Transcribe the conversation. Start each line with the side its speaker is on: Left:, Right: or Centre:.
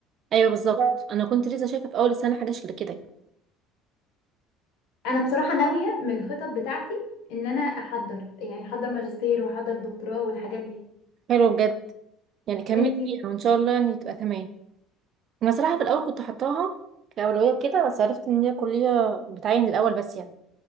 Right: ايوه بالظبط انا كنت لسه شايفه في اول السنه حاجه شكل كده
Left: أنا بصراحة ناوية من الخطط بتاعتي إن أنا أحضر يعني أحضر ماجستير وأحضر دكتوراه والحاجات دي
Right: حلوه بجد يعني كملت
Left: وإنتي
Right: فيها وان شاء الله يعني تبقى تمام انا صراحه في الاول كنت حطاها كاولويه وكده بس عرفت ان هي كليه بتعين الاول بس يعني